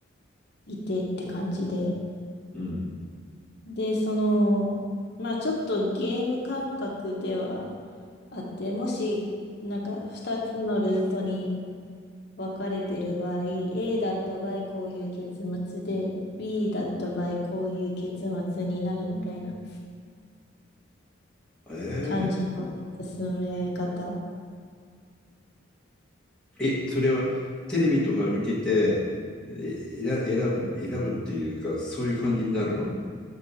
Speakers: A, on the left; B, in the centre.
A: いてって感じで、
B: うん。
A: で、その、まあちょっとゲーム感覚ではあって、もし、なんか2つのルートに分かれてる場合、A だった場合こういう結末で、B だった場合こういう結末になるみたいな。
B: え
A: 感じの進め方。
B: ええ、それはテレビとか見てて、え、選選ぶ、選ぶっていうか、そういう感じになるの